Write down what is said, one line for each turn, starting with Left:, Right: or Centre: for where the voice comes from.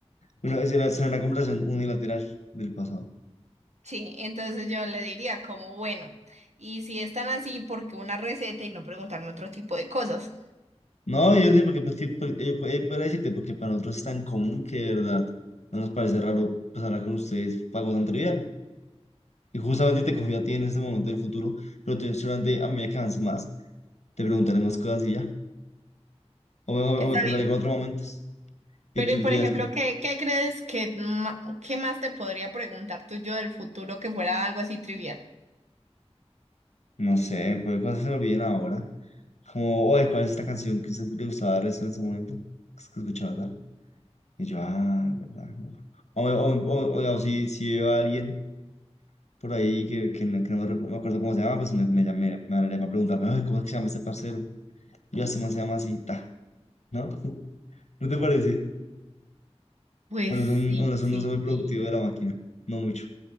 Left: Bueno, esa era, esa era una conversación unilateral del pasado.
Right: Sí, entonces yo le diría como, bueno, y si están así, ¿por qué una receta y no preguntarme otro tipo de cosas?
Left: No, yo sí, porque pues, sí, pues, eh, pues, eh, podría decirte, porque para nosotros es tan común que de verdad no nos parece raro pues, hablar con ustedes fue algo tan trivial. Y justamente te cogí a ti en este momento del futuro, pero te, seguramente a medida que avances más, te preguntaré más cosas y ya. O me, o me-
Right: Está
Left: o me cruzaré
Right: bien.
Left: con otros momentos.
Right: Pero,
Left: Y tú
Right: y por
Left: dirás
Right: ejemplo,
Left: como,
Right: ¿qué, qué crees que, ma- qué más te podría preguntar tú yo del futuro que fuera algo así trivial?
Left: no sé, pues cosas se me olviden ahora. Como, oye, ¿cuál es esta canción que a usted le gustaba de resto en ese momento? Que es que escuchaba tal. Y yo, ah, verdad. no". O, me- o, o, o, o si, si veo a alguien por ahí que, que, no, que no me, recu- me acuerdo cómo se llama, pues me, me, llamé- me, hablaría para preguntarme, "Ay, ¿cómo es que se llama este parcero? Yo este man se llama así, ta, ¿no? <laughs> ¿No te parece?
Right: Pues
Left: Bueno, es un,
Right: sí,
Left: bueno, es un
Right: sí,
Left: uso muy productivo
Right: sí.
Left: de la máquina, no mucho.